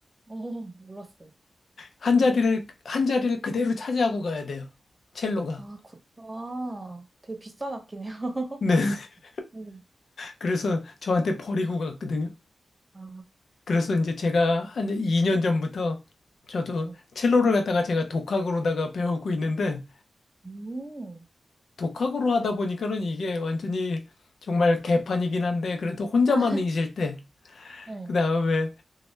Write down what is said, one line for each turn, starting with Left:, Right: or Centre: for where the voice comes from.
Right: 어, 몰랐어요.
Left: 한 자리를, 한 자리를 그대로 차지하고 가야 돼요. 첼로가.
Right: 아, 그 아 되게 비싼 악기네요. <laughs>
Left: 네. <laughs>
Right: 음.
Left: 그래서 저한테 버리고 갔거든요.
Right: 아,
Left: 그래서 이제 제가 한 2년 전부터 저도
Right: 네.
Left: 첼로를 갖다가 제가 독학으로다가 배우고 있는데
Right: 음.
Left: 독학으로 하다
Right: 그-
Left: 보니까는 이게 완전히 정말 개판이긴 한데 그래도 혼자만
Right: 아,
Left: 있을 때
Right: 네,
Left: 그다음에